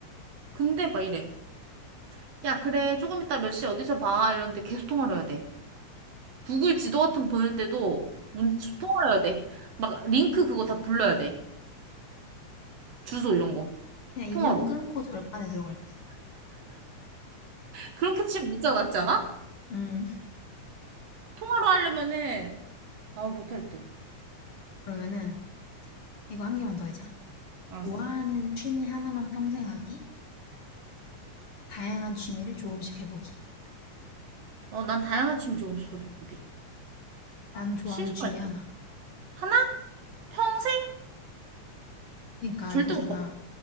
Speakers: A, on the right; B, on the left.
A: 근데 막 이래. 야, 그래. 조금 이따 몇 시에 어디서 봐. 이러는데 계속 통화를 해야 돼. 구글 지도 같은 거 보낼 때도 문, 통화를 해야 돼. 막 링크 그거 다 불러야 돼. 주소 이런 거.
B: 그냥 인연
A: 통화로.
B: 끊고 절간에 들어갈 듯.
A: 그렇게 치면 문자가 낫지 않아?
B: 음,
A: 통화로 하려면은, 아, 못할 듯.
B: 그러면은 이거 한 개만 더 해자.
A: 알았어.
B: 좋아하는 취미 하나만 평생 하기, 다양한 취미를 조금씩 해보기.
A: 어, 난 다양한 취미 조금씩 해보게.
B: 나는 좋아하는
A: 심심할
B: 취미 하나.
A: 듯. 하나? 평생?
B: 그러니까
A: 절대
B: 이거잖아.
A: 못